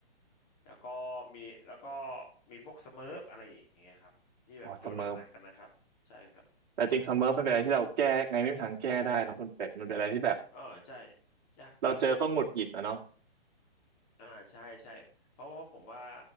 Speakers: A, on the left (about 30°); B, on the right (about 45°).
A: แล้วก็มีแล้วก็มีพวกสเมิร์ฟอะไรอย่างเงี้ยครับที่แบบโดนหนักๆกันนะครับใช่ครับ
B: อ๋อเสมอแต่จริงเสมอเป็นอะไรที่เราแก้ไงไม่มีทางแก้ได้เนอะคุณเป็ดมันเป็นอะไรที่แบบ
A: อ่าใช่ยากจริงครับ
B: เราเจอก็หงุดหงิดนะเนาะ
A: อ่าใช่ใช่เพราะว่าผมว่า